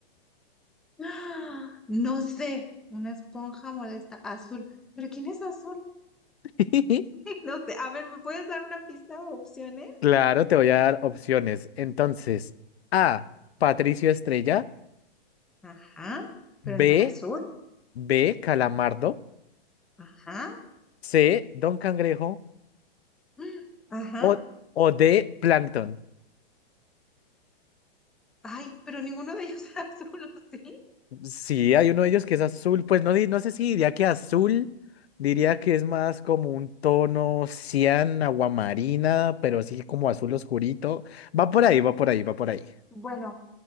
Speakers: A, in the centre; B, on the left.
A: <gasps> ¡Ah! No sé, una esponja molesta azul. ¿Pero quién es azul?
B: <laughs>
A: <laughs> No sé, a ver, ¿me puedes dar una pista o opciones?
B: Claro, te voy a dar opciones. Entonces, A, Patricio Estrella,
A: Ajá, pero no
B: B,
A: era azul.
B: B, Calamardo,
A: Ajá,
B: C, Don Cangrejo
A: <gasps> mm, ajá.
B: o, o D, Plancton.
A: Ay, pero ninguno de ellos <laughs> era azul, ¿o sí?
B: Sí, hay uno de ellos que es azul, pues no, di- no sé si diría que azul, diría que es más como un tono cian, aguamarina, pero sí como azul oscurito. Va por ahí, va por ahí, va por ahí.
A: Bueno,